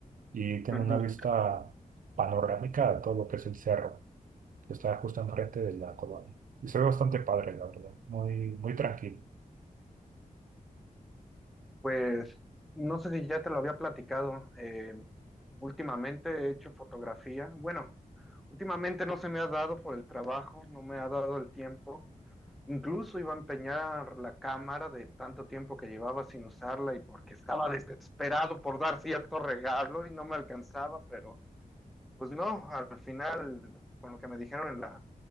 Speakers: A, on the right; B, in the centre.
A: y tengo
B: ujú.
A: una vista panorámica de todo lo que es el cerro, que está justo enfrente de la colonia. Y se ve bastante padre, la verdad, muy, muy tranquilo.
B: Pues no sé si ya te lo había platicado. eh, últimamente he hecho fotografía. Bueno, últimamente no se me ha dado por el trabajo, no me ha dado el tiempo. Incluso iba a empeñar la cámara de tanto tiempo que llevaba sin usarla y porque estaba desesperado por dar cierto regalo y no me alcanzaba, pero Pues no, al final, con lo que me dijeron en la